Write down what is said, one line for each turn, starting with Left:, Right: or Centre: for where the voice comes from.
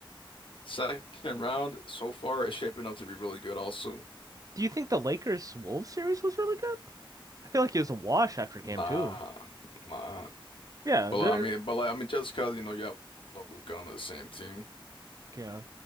Left: Second round so far is shaping up to be really good also.
Right: Do you think the Lakers Wolves series was really good? I feel like it was a wash after game
Left: Nah,
Right: two.
Left: nah.
Right: Yeah.
Left: But
Right: they're-
Left: like, I mean, but like, I mean, just cause you know you have Luka on the same team,
Right: Yeah.